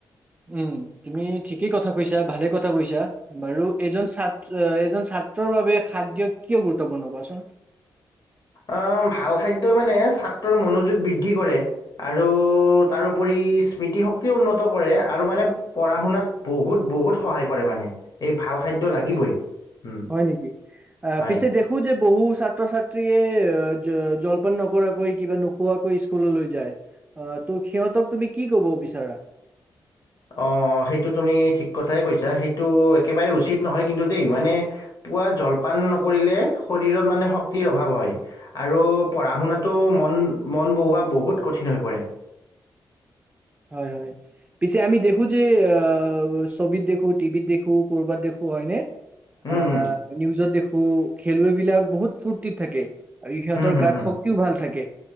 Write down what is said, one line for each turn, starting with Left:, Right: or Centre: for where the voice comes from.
Right: উম', তুমি ঠিকেই কথা কৈছা, ভালে কথা, কৈছা বাৰু এজন ছাত্ৰ, এজন ছাত্ৰৰ বাবে সাদ দিয় কিয় গুৰুত্বপূৰ্ণ কোৱাচোন?
Left: অহ ', ভাল খাদ্যই মানে ছাত্ৰৰ মনোযোগ বৃদ্ধি কৰে। আৰু তাৰোপৰি স্মৃতিশক্তি উন্নত কৰে, আৰু মানে পঢ়া শুনাত বহুত বহুত সহায় কৰে মানে। এই ভাল খাদ্য
Right: আচ্ছা-
Left: লাগিবই
Right: আচ্ছা
Left: উম,
Right: হয় নেকি, আহ
Left: হয়
Right: ', পিছে দেখো যে? বহু ছাত্ৰ ছাত্ৰীয়ে জল জলপান নকৰাকৈ কিবা নোখোৱাকৈ স্কুললৈ যায় আহ ত', সিহঁতক তুমি কি কব বিচাৰা?
Left: অহ, সেইটো তুমি ঠিক কথাই কৈছা সেইটো একেবাৰে উচিত নহয় কিন্তু দেই। মানে পুৱা জলপান নকৰিলে শৰীৰত মানে শক্তিৰ অভাৱ হয়। আৰু পঢ়া শুনাতো মন, মন বহোৱা বহুত কঠিন হৈ পৰে।
Right: হয়, হয় পিছে আমি দেখো যে আহ ', ছবিত দেখো টিভিত দেখো কৰ'বাত দেখো হয়নে।
Left: উম
Right: আহ,
Left: উম
Right: নিউজত দেখো। কু খেলুৱৈবিলাক বহুত ফুৰৰ্তিত থাকে। আৰু সিহঁতৰ
Left: হুম হুম
Right: গাত
Left: হুম
Right: শক্তিও ভাল থাকে